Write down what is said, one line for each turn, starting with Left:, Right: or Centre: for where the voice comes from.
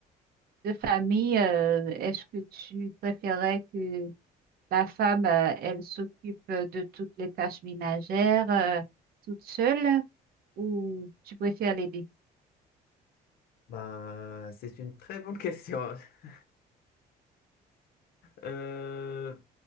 Right: de famille? euh, est-ce que tu préférais que la femme, euh, elle s'occupe de toutes les tâches ménagères euh, toute seule ou tu préfères l'aider?
Left: Ben, c'est une très bonne question. <laughs> Euh,